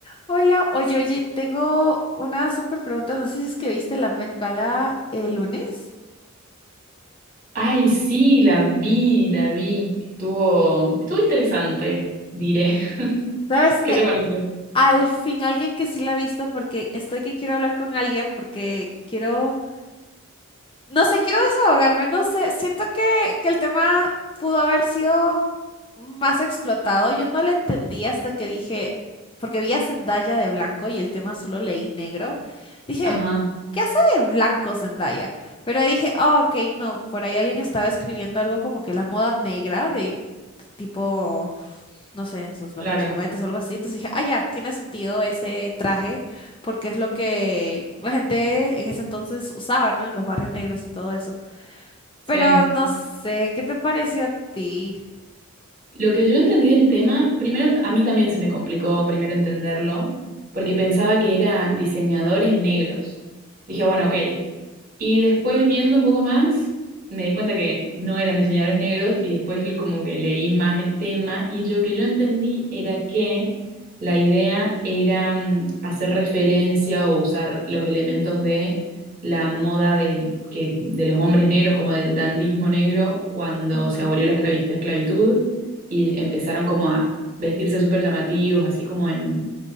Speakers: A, on the left; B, on the right.
A: Hola, oye, oye, tengo una súper pregunta. No sé si es que viste la Met Gala el lunes.
B: Ay, sí, la vi, la vi. Estuvo, estuvo interesante, diré. <laughs>
A: ¿Sabes qué?
B: ¿Qué te pareció?
A: Al fin, alguien que sí la ha visto, porque estoy que quiero hablar con alguien, porque quiero. No sé, quiero desahogarme, no sé, siento que, que el tema pudo haber sido más explotado. Yo no lo entendí hasta que dije, porque vi a Zendaya de blanco y el tema solo leí negro. Dije,
B: Ajá,
A: ¿qué hace de blanco Zendaya? Pero ahí dije, ah, ok, no, por ahí alguien estaba escribiendo algo como que la moda negra de tipo, no sé, en sus
B: claro,
A: mejores momentos o algo así. Entonces dije, ah, ya, tiene sentido ese traje porque es lo que la gente en ese entonces usaba, ¿no? En los barrios negros y todo eso.
B: sí.
A: Pero no sé, ¿qué te pareció a ti?
B: Lo que yo entendí del tema, primero a mí también se me complicó primero entenderlo, porque pensaba que era diseñadores negros. Dije, bueno, ok. Y después
A: Mm,
B: viendo un poco más, me di cuenta que no eran diseñadores negros y después l- como que leí más el tema y yo- lo que yo entendí era que la idea era mm, hacer referencia o usar los elementos de la moda del, que, de los hombres negros, como del dandismo negro, cuando
A: ujú,
B: se abolió la esclavi- la esclavitud y empezaron como a vestirse súper llamativos, así como en,